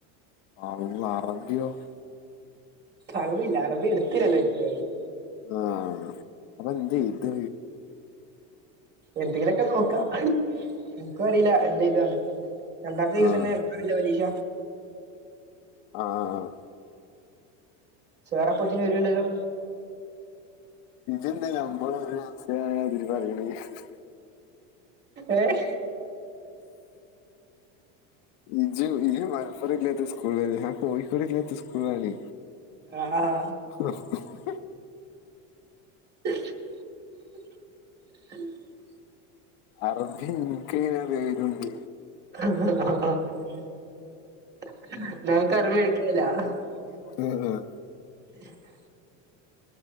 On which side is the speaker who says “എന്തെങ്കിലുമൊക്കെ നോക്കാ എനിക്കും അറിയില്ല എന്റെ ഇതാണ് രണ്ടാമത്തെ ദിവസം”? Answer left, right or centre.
Right